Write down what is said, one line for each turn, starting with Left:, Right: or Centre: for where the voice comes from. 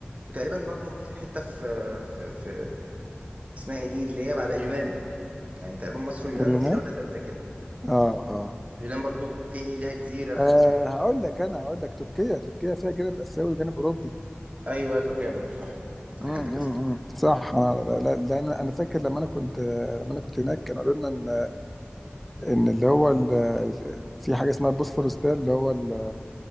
Right: وتقريبا برضو في حته في في, في اسمها ايه دي اللي هي بعد اليونان يعني تقريبا مصر واليونان
Centre: اليونان
Right: وفي دوله ثالثه كده
Centre: اه اه
Right: اليونان برضو في ليها جزيره
Centre: آه،
Right: في
Centre: هقول لك انا هقول لك تركيا تركيا فيها جانب اسيوي وجانب اوروبي
Right: ايوه تركيا برضو صح صح
Centre: امم
Right: انت كده
Centre: أمم، أمم. صح انا لا- لا- لان انا فاكر لما انا كنت لما انا كنت هناك كانوا قالوا لنا ان ان اللي هو ال- ال- في حاجه اسمها البوسفورس ده اللي هو ال-